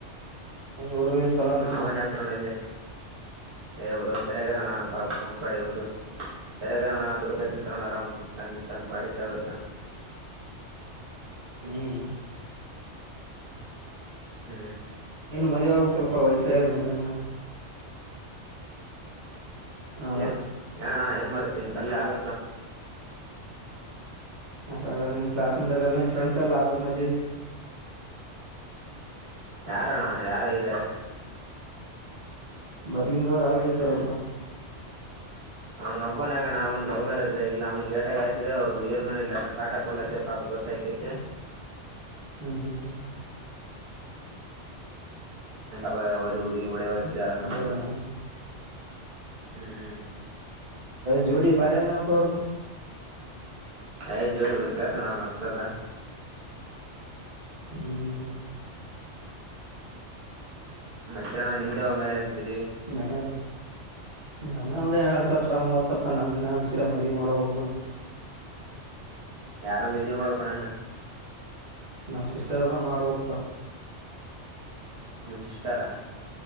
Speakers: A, on the right; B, on the right.
A: ಹುಡುಗ ಏನ್ ಚಲೋ
B: ಹ್ಮ್
A: ನೆನ್ಪಾ
B: ಅವ್ನ್ ಆತ ನೋಡಂದೆ ಏ ಹುಡುಗ ಸರಿಯಾಗದಣ್ಣ ಪಾಪ ಅವ್ನ್ ಪಾಡಿಗ್ ಅವ್ನ್ ದುಡು ಸರಿಗದಣ ದುಡ್ಕ ತಿಂತಾರಣ್ಣ ಆರಾಮ್ ತನ್ ತಾನು ಪಡಿತ ಅವರುತಾನ
A: ಹ್ಮ್
B: ಹ್ಮ
A: ಏನು ಮದುವೆಯಗ್ ಬೇಕಲ್ಪಾ ವಯಸ್ಸಾಗ್ಯದ ಮನಂಗನ ಹ
B: ಏನ್ ಏಣ್ಣ ಏನ್ ಮಾಡಾರತ್ತೆ ನಿಮ ತಲ್ಲ
A: ಅ ನಿಮ್ ಕ್ಲಾಸ್ ಮೇಟ್ಲ್ಲ ನಿ ಫ್ರೆಂಡ್ಸ್ ಎಲ್ಲ ಅದ್ರ ಮದಿವಿ
B: ಯಾರಣ್ಣ ಯಾರಾಗಿದ್ದಾರೆ
A: ಮತ್ ಲಿಂಗ ಆಗ ಇದ್ದಾರಲ್ಪ
B: ಹ್ಮ್ ಅವ್ನ ಹಬ್ಬನ ಆಗಣ ಅವ್ ಲವ್ ಮ್ಯಾರೇಜ್ ಇಲ್ಲ ಅವ್ನ್ ಲೇಟ ಆಗ ಆಯತಿದೆ ಅವ್ರು ಹುಡುಗಿಯರ್ ಮನೆಯಲ್ಲ ಎಲ್ಲ ಕಾಟ ಕೊಡ್ಲಾತ್ತತಿರ್ ಪಾಪ ಗೊತ್ತಾಕೆಸಿ
A: ಹ್ಮ್ ಹ್ಮ್ ಹ್ಮ್
B: ಅವ ನಡು ಹುಡುಗಿ ಓಡಿಹೋಗ್ದ್ ಆದ್ರೆ
A: ಹಂಗ
B: ನಬ್ರಲ್ಪ್ ಹ್ಮ್
A: ಜೋಡಿ ಬಾರಂದಣಪ ಅವರದು
B: ಯೆ ಜೋಡು ಬ ಕಳ್ತಣ ಮಸ್ತ ಅದ
A: ಹ್ಮ್ ಹ್ಮ
B: ಮತ್ತೆ ಅಣ ನಿಮ್ದೆ ಅವಗ್ ಮ್ಯಾ ಮೇಲೆ
A: ಮತನಾ ನಮ್ದ ಒಂದ್ ಎ ಎಂಟು ವರ್ಷ ಮೂವ ಪ್ಪ ನ ನ ಸಿರಮ್ ಮದಿವಿ ಮಾಡಬೆಕು
B: ಯಾರ ಮದವಿ ಮಾಡಕಣನ್ನ
A: ನಮ ಸಿಸ್ಟರ್ದ ಮಾಡುವಪ್ಪಾ
B: ನಿಮ್ಮ ಸಿಸ್ಟರಾ